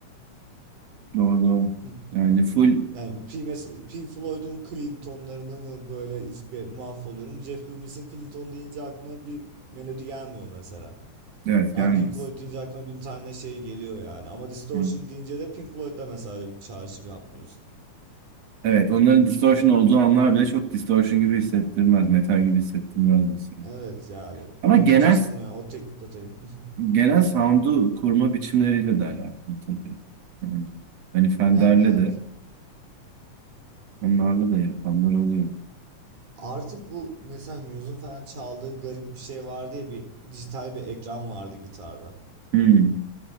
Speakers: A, on the right; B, on the right.
A: Doğru doğru.
B: hmm.
A: Yani full
B: Yani P, mes- Pink Floyd'un Clinton'larını mı böyle ispi- mahvoluyorum. Jeff Loomis'in Clinton deyince aklıma bir melodi gelmiyor mesela.
A: evet
B: Ama
A: gelmez.
B: Pink Floyd deyince aklıma bin tane şey geliyor yani. Ama Distortion
A: Hı.
B: deyince de Pink Floyd'da mesela öyle bir çağrışım yapmıyorsun.
A: Evet onların distortion olduğu anlar bile çok distortion gibi hissettirmez. Metal gibi hissettirmez mesela.
B: Evet yani
A: Ama
B: demeye
A: genel
B: çalıştım o ya o teknik detayı. <laughs>
A: genel sound'u kurma biçimleriyle de alakalı tabii. Yani, hani Fender'le
B: Ya evet.
A: de onlarla da yapanlar oluyor.
B: Artık bu mesela Muse'un falan çaldığı garip bir şey vardı ya bir dijital bir ekran vardı gitarda.
A: Hmm,